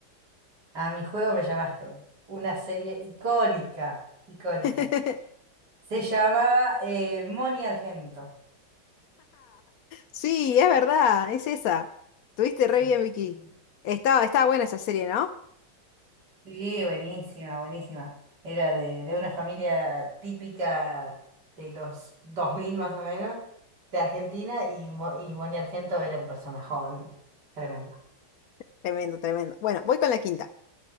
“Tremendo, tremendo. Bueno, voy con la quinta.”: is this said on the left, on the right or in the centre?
Left